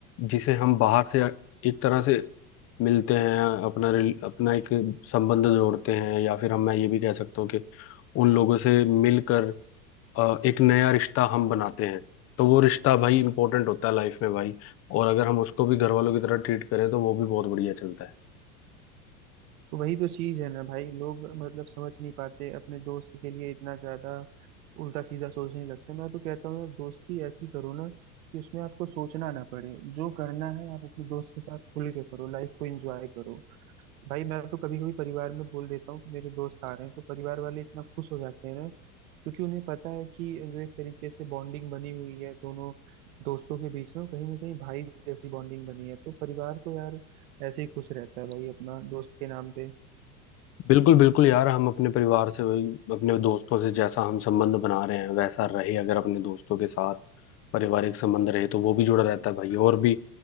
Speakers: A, on the left; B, on the right.
A: जिसे हम बाहर से एक तरह से मिलते हैं अपना रिल- अपना एक संबंध जोड़ते हैं या फिर हम मैं ये भी कह सकता हूँ कि उन लोगों से मिलकर अ, एक नया रिश्ता हम बनाते हैं तो वो रिश्ता भाई इंपॉर्टेंट होता है लाइफ में भाई और अगर हम उसको भी घर वालों की तरह ट्रीट करें तो वो भी बहुत बढ़िया चलता है
B: तो वही तो चीज है ना भाई लोग मतलब समझ नहीं पाते अपने दोस्त के लिए इतना ज्यादा उल्टा सीधा सोचने लगते मैं तो कहता हूँ यार दोस्ती ऐसी करो ना कि उसमें आपको सोचना ना पड़े जो करना है आप अपने दोस्त के साथ खुल के करो लाइफ को एंजॉय करो भाई मैं तो कभी कभी परिवार में बोल देता हूँ कि मेरे दोस्त आ रहे हैं तो परिवार वाले इतना खुश हो जाते हैं ना क्योंकि उन्हें पता है कि जो एक तरीके से बॉन्डिंग बनी हुई है दोनों दोस्तों के बीच में वो कहीं ना कहीं भाई जैसी बॉन्डिंग बनी है तो परिवार तो यार ऐसे ही खुश रहता है भाई अपना दोस्त के नाम पे
A: बिल्कुल बिल्कुल यार हम अपने परिवार से वही अपने दोस्तों से जैसा हम संबंध बना रहे हैं वैसा रहे अगर अपने दोस्तों के साथ पारिवारिक संबंध रहे तो वो भी जुड़ा रहता है भाई और भी